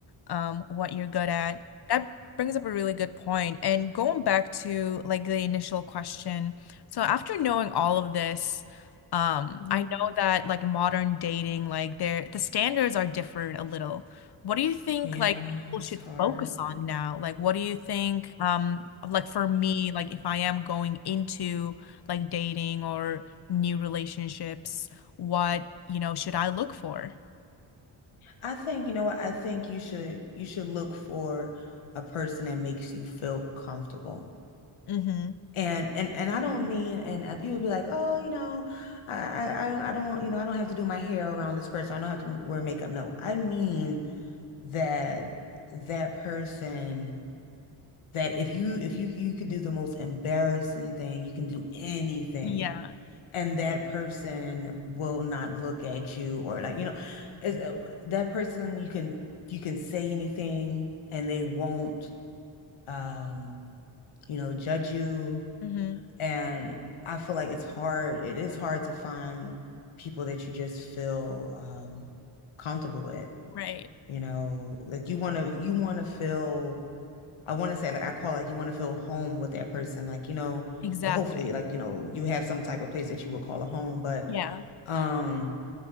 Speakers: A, on the left; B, on the left.
A: um, what you're good at. That brings up a really good point. And going back to like the initial question, so after knowing all of this, um,
B: Mhm.
A: I know that like modern dating, like there the standards are different a little. What do you think
B: Yeah,
A: like people should
B: it's hard.
A: focus on now? Like what do you think um like for me, like if I am going into like dating or new relationships, what, you know, should I look for?
B: I think, you know what? I think you should you should look for a person that makes you feel comfortable.
A: Mm-hmm.
B: And and and I don't mean and, and people be like, oh, you know, I, I I I don't, you know, I don't have to do my hair around this person. I don't have to wear makeup. No, I mean that that person that if you if you you could do the most embarrassing thing, you can do anything
A: Yeah.
B: and that person will not look at you or like you know is uh, that person you can you can say anything and they won't um you know judge you
A: Mm-hmm.
B: and I feel like it's hard it is hard to find people that you just feel um comfortable with
A: Right.
B: you know like you want to you want to feel I want to say like I call like you want to feel home with that person like you know
A: Exactly.
B: well hopefully like you know you have some type of place that you would call a home but
A: Yeah.
B: um